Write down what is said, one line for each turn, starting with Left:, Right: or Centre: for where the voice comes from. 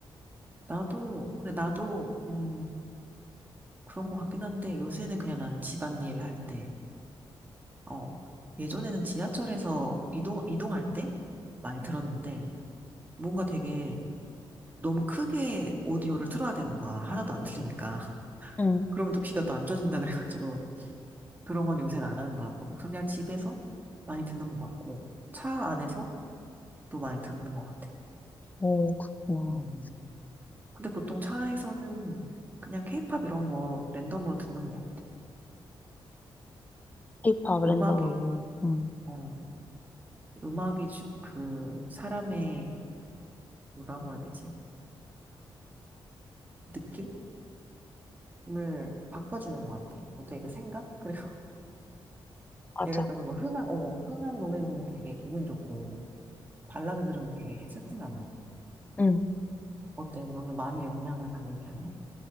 Right: 나도, 근데 나도, 음, 그런 것 같긴 한데, 요새는 그냥 나는 집안일 할 때, 어, 예전에는 지하철에서 이동, 이동할 때 많이 들었는데, 뭔가 되게 너무 크게 오디오를 틀어야 되는 거야. 하나도 안 들리니까. <laughs>
Left: 응,
Right: 그러면 또 귀가 또 안 좋아진다 그래가지고. 그런 건 요새는 안 하는 것 같고, 그냥 집에서 많이 듣는 것 같고, 차 안에서 또 많이 듣는 것 같아.
Left: 오, 그렇구나.
Right: 음. 음. 근데 보통 차에서는 그냥 케이팝 이런 거 랜덤으로 듣는 것 같아.
Left: K-pop
Right: 음악이,
Left: 랜덤으로. 응.
Right: 어, 음악이 주- 그 사람의 뭐라고 해야 되지? 그 느낌을 바꿔주는 것 같아. 어때? 그 생각? 그리고 <laughs>
Left: 맞아.
Right: 예를 들어서 뭐 흥한, 어, 흥한 노래 들으면 되게 기분 좋고, 발라드 들으면 되게 슬프잖아.
Left: 응,
Right: 어때? 너는 많이 영향을 받는 편이야?